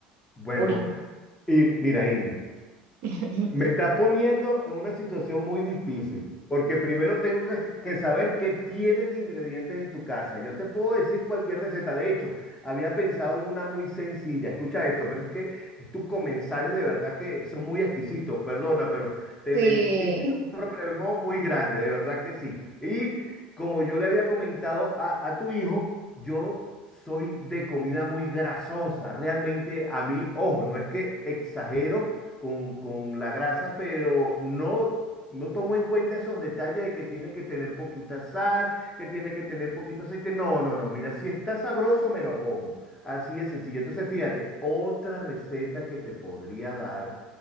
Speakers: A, on the left (about 15°); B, on the right (about 60°).
A: Bueno,
B: Ori-
A: y mira, Ingrid.
B: <laughs>
A: Me estás poniendo en una situación muy difícil, porque primero tengo que, que saber qué tienes de ingredientes en tu casa. Yo te puedo decir cualquier receta. De hecho, había pensado en una muy sencilla. Escucha esto, pero es que tus comensales de verdad que son muy exquisitos. Perdona, pero te
B: Sí.
A: metiste en un problemón muy grande, de verdad que sí. Y como yo le había comentado a, a tu hijo, yo soy de comida muy grasosa. Realmente a mí, ojo, no es que exagero con, con la grasa, pero no, no tomo en cuenta esos detalles de que tiene que tener poquita sal, que tiene que tener poquito aceite. No, no, no. Mira, si está sabroso, me lo como. Así es sencillo. Entonces, fíjate, otra receta que te podría dar